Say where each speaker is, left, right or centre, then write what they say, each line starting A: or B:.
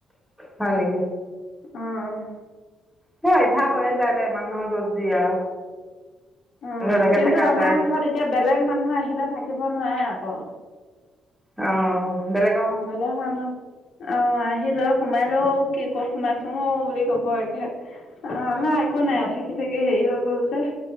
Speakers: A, in the centre; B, on the left (about 70°).
A: হয় নেকি
B: উম
A: সেই অভ্যাস হৈয়ে যায় দে মানুহৰ য'ত যি আৰু
B: উম
A: যেনেকে
B: কিন্তু
A: থাকা
B: আমাৰ
A: যায়।
B: ঘৰত এতিয়া বেলেগ মানুহ আহিলে থাকিব নোৱাৰে আকৌ
A: অ বেলেগ
B: ভালে হ'ল <unintelligible> অ আহিলৈ সোমাই লৈ কি ক'ত সোমাইছোঁ অ বুলি কব একে অ আমাৰ একো নাই থাকি থাকি হেৰি হৈ গল যে